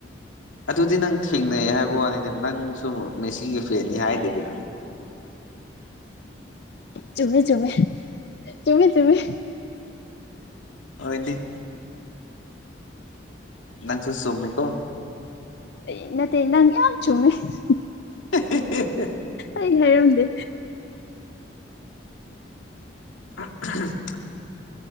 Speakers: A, on the left (about 85°); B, on the left (about 55°).
A: ꯑꯗꯨꯗꯤ ꯅꯪ ꯊꯦꯡꯅꯩ ꯍꯥꯏꯕ ꯋꯥꯅꯤꯗ ꯅꯪꯁꯨ ꯃꯦꯁꯤꯒꯤ ꯐꯦꯟꯅꯤ ꯍꯥꯏꯗꯦꯗꯅ
B: ꯆꯨꯝꯃꯦ ꯆꯨꯝꯃꯦ ꯆꯨꯝꯃꯦ ꯆꯨꯝꯃꯦ
A: ꯍꯣꯏꯗꯤ ꯅꯪꯁꯨ ꯆꯨꯝꯃꯤꯀꯣ
B: ꯑꯩ ꯅꯠꯇꯦ ꯅꯪ ꯌꯥꯝ ꯆꯨꯝꯃꯦ ꯍꯦꯍꯦ
A: <unintelligible>
B: ꯑꯩ ꯍꯥꯏꯔꯝꯗꯦ
A: <unintelligible>